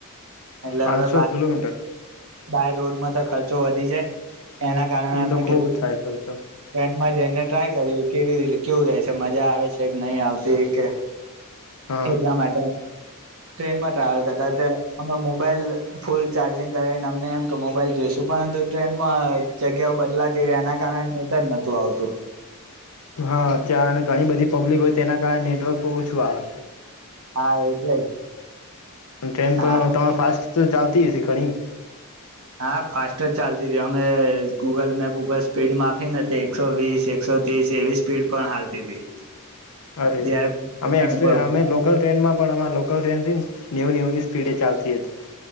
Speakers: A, on the right; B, on the left.
A: એટલે
B: પાંચસો
A: હવે
B: કિલોમીટર
A: બાય રોડમાં તો ખર્ચો વધી જાય. એના કારણે અમે
B: એ તો ખૂબ
A: કીધું
B: થાય
A: ટ્રેનમાં
B: ખર્ચો
A: જઈને તો આય કર કે કેવું રહેે છે મજા આવે છે. નહી આવતી એક કે
B: હા
A: એટલા માટે. ટ્રેન માં ટ્રાવેલ કરતા તે અમે મોબાઈલ ફૂલ ચાર્જિંગ કરીને અમને એમ કે મોબાઈલ જોઈશું પરંતુ ટ્રેનમાં જગ્યાઓ બ એલા તીર એના ક- જ નતું આવતું.
B: હા અ ત્યાં અને ઘણી બધી પબ્લિક હોય તેના કારણે નેટવર્ક ઓછું આવે.
A: હા એટલે જ
B: ટ્રેન
A: હા
B: પણ તમાર ફાસ્ટ તો ચાલતીસી ઘણી.
A: હા ફાસ્ટ જ ચાલતી હતીી અમે ગૂગલ મેપ ઉપર સ્પીડ માફી નથી એકસો વીસ એકસો ત્રીસ એવી સ્પીડ પણ હાલતી હતી.
B: અરે
A: જયારે સ્ટેશન
B: અમેક્સપ
A: ઉપર
B: અમે
A: હા
B: લોકલ ટ્રેનમાં પણ અમા લોકલ ટ્રેન થી નેવ નેવ ની સ્પીડ સ્પીડે ચાલતી હતી.